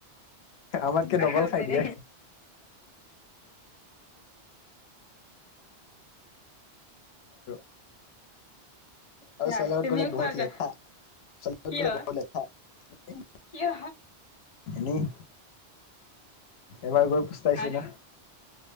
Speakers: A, on the left; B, on the left.
A: আমাতকে
B: বাপৰে
A: ডবল খাই দিয়ে। <unintelligible> <inaudible>
B: চোৱা
A: আৰু ছোৱালী লগত
B: তুমিও
A: গ'লে বহুত
B: খোৱাগা
A: লেঠা। ছোৱালী লগত
B: কিয়
A: গ'লে বহুত লেঠা।
B: কিয়
A: এনেই এবাৰ গৈ পস্তাইছো
B: আৰু
A: না